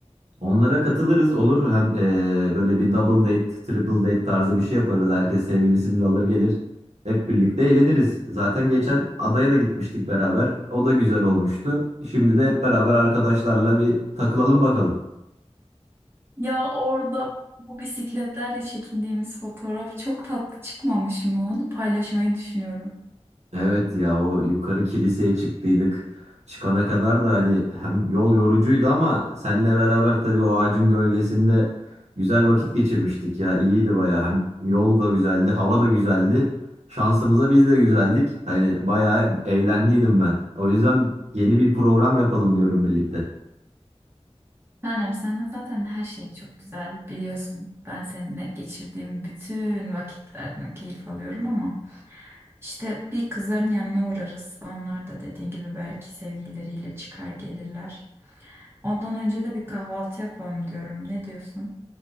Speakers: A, on the right (about 80°); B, on the right (about 20°).
A: Onlara katılırız olur. Hem eee, böyle bir double date, triple date tarzı bir şey yaparız. Herkes sevgilisini de alır gelir. Hep birlikte eğleniriz. Zaten geçen adaya da gitmiştik beraber. O da güzel olmuştu. Şimdi de hep beraber arkadaşlarla bir takılalım bakalım.
B: Ya orada bu bisikletlerle çekindiğimiz fotoğraf çok tatlı çıkmamış mı? Onu paylaşmayı düşünüyorum.
A: Evet ya o yukarı kiliseye çıktıydık. Çıkana kadar da hani hem yol yorucuydu ama seninle beraber tabii o ağacın gölgesinde güzel vakit geçirmiştik ya. İyiydi baya. Hem yol da güzeldi, hava da güzeldi. Şansımıza biz de güzeldik. Hani bayağı eğlendiydim ben. O yüzden yeni bir program yapalım diyorum birlikte.
B: Tanem senle zaten her şey çok güzel biliyorsun. Ben seninle geçirdiğim bütün vakitlerden keyif alıyorum ama. İşte bir kızların yanına uğrarız. Onlar da dediğin gibi belki sevgilileriyle çıkar gelirler. Ondan önce de bir kahvaltı yapalım diyorum. Ne diyorsun?